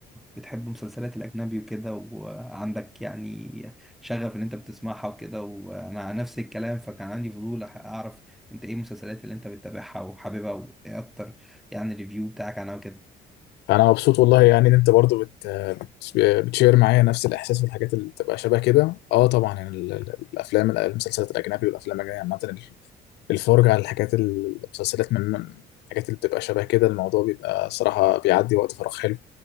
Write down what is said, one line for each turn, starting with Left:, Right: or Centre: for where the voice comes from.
Centre: بتحب مسلسلات الاجنبي وكده وعندك يعني شغف ان انت بتسمعها وكده وانا عن نفس الكلام فكان عندي فضول أح- اعرف انت ايه المسلسلات اللي انت بتتابعها وحاببها وايه اكتر يعني الريفيو بتاعك عنها وكده
Left: انا مبسوط والله يعني ان انت برضو بت... بت- بتشير معايا نفس الاحساس والحاجات اللي بتبقى شبه كده اه طبعا يعني ال- ال- الافلام المسلسلات الاجنبي والافلام الاجنبيه عامه ال- الفرجه على الحاجات ال- المسلسلات من من الحاجات اللي بتبقى شبه كده الموضوع بيبقى صراحه بيعدي وقت فراغ حلو